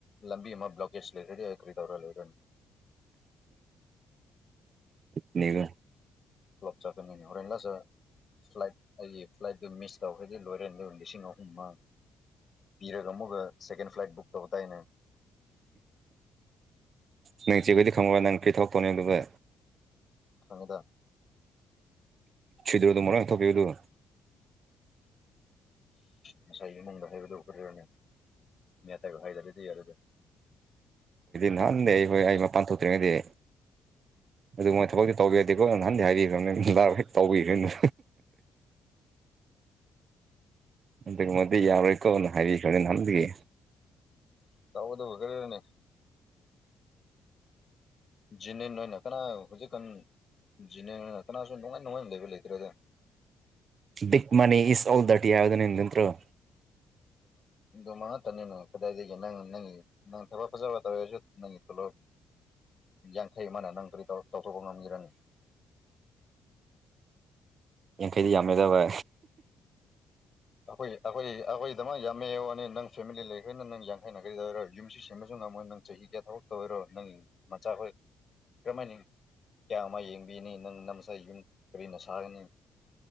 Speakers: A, on the left (about 40°); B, on the right (about 50°).
A: ꯂꯝꯕꯤ ꯑꯃ ꯕ꯭ꯂꯣꯀꯦꯁ ꯂꯩꯔꯗꯤ ꯑꯩ ꯀꯔꯤ ꯇꯧꯔꯒꯦ ꯔꯅꯤ
B: ꯕ
A: ꯀ꯭ꯂ꯭ꯂꯞ ꯆꯒꯦ ꯅꯅꯤ ꯍꯣꯔꯦꯟ ꯂꯁ ꯐ꯭ꯂꯥꯏꯠ ꯑꯩꯒꯤ ꯐ꯭ꯂꯥꯏꯠꯇꯣ ꯃꯤꯁ ꯇꯧꯈꯗꯤ ꯂꯣꯏꯔꯦꯅꯤ ꯑꯗꯨ ꯂꯤꯁꯤꯡ ꯑꯍꯨꯝ ꯃ ꯄꯤꯔꯒ ꯑꯃꯨꯛꯒ ꯁꯦꯀꯦꯟ ꯐ꯭ꯂꯥꯏꯠ ꯕꯨꯛ ꯇꯧꯕ ꯇꯏꯅꯦ
B: ꯅꯪ ꯆꯦꯈꯗꯤ ꯈꯪꯉ ꯅꯪ ꯀ꯭ꯔꯤ ꯊꯣꯛꯛꯇꯣꯅꯦ ꯑꯗꯨꯒ
A: ꯈꯪꯉꯗ
B: ꯗ꯭ꯔ ꯃꯔ ꯊꯣꯛ ꯀꯌ ꯇ
A: ꯉꯁꯥꯏꯒꯤ ꯏꯃꯨꯡꯗ ꯍꯥꯏꯕꯗꯧ ꯈꯔꯔꯃꯤ ꯃꯤ ꯑꯊꯒ ꯍꯥꯏꯖꯔꯗꯤ ꯌꯥꯔꯗꯤ
B: ꯅꯥꯟꯅꯦ ꯑꯩ ꯍꯣꯏ ꯑꯩꯃ ꯄꯥꯟꯊꯣꯛꯇ꯭ꯔꯤꯉꯩꯗꯤ
A: <inaudible>
B: ꯑꯗꯨ ꯃꯣꯏ ꯊꯕꯛꯇꯤ ꯇꯧꯕꯤꯔꯗꯤꯀꯣ ꯅꯍꯥꯟꯗꯤ ꯍꯥꯏꯕꯤꯈ꯭ꯔꯕꯅꯤꯗꯥ ꯍꯦꯛ ꯇꯧꯕꯤꯈꯣꯏꯅꯣ
A: <inaudible>
B: ꯑꯗꯨ ꯃ ꯌꯥꯎꯀꯣ ꯍꯔꯤ ꯈꯦ ꯅꯪꯒꯤ
A: ꯇꯥꯎꯗ ꯒꯔꯦ ꯅ ꯖꯤꯅꯤꯟ ꯍꯣꯏꯅꯥ ꯈꯔ ꯍꯧꯖꯤꯛꯀꯥꯟ ꯖꯤꯅꯦ ꯀꯅꯥꯁꯨ ꯅꯨꯡꯉꯥꯏ ꯅꯨꯡꯉꯥꯏꯅ ꯂꯩꯕ ꯂꯩꯇ꯭ꯔꯦꯗ
B: ꯕꯤꯛ ꯃꯅꯤ ꯏꯁ ꯑꯣꯜ ꯗꯔꯇꯤ ꯅꯠꯇꯔꯣ
A: ꯑꯗꯨꯃ ꯉꯇꯅꯤꯅꯣ ꯀꯗꯥꯏꯗꯒꯤꯒꯦ ꯅꯪ ꯅꯪꯒꯤ ꯅꯪ ꯊꯕꯛ ꯐꯖꯕ ꯇꯧꯋꯔꯁꯨ ꯅꯪ ꯄꯨꯂꯞ ꯌꯥꯡꯈꯩ ꯑꯃꯅ ꯅꯪ ꯀꯔꯤ ꯇꯧꯊꯣꯛꯄ ꯉꯝꯈꯤꯔꯅꯤ
B: ꯌꯥꯡꯈꯩꯗꯤ ꯌꯥꯝꯃꯦꯗꯕ
A: ꯑꯩꯈꯣꯏ ꯑꯩꯈꯣꯏ ꯑꯩꯈꯣꯏꯗꯃꯛ ꯌꯥꯝꯃꯦꯣꯅꯤ ꯅꯪ ꯐꯦꯃꯤꯂꯤ ꯂꯩꯈ꯭ꯔꯦꯅ ꯅꯪ ꯌꯥꯡꯈꯩꯅꯈ꯭ꯔꯔ ꯌꯨꯝꯁꯤ ꯁꯦꯝꯕꯁꯨ ꯃꯣꯏ ꯅꯪ ꯆꯍꯤ ꯀꯌꯥ ꯊꯕꯛ ꯇꯧꯤꯔꯣ ꯅꯪ ꯃꯆꯥꯈꯣꯏ ꯀꯔꯝꯍ ꯍꯥꯏꯅꯤꯡꯉꯤ ꯀꯌꯥ ꯑꯃ ꯌꯦꯡꯕꯤꯅꯤ ꯅꯪ ꯅꯁꯥꯏ ꯌꯨꯝ ꯀꯔꯤꯅ ꯁꯥꯒꯅꯤ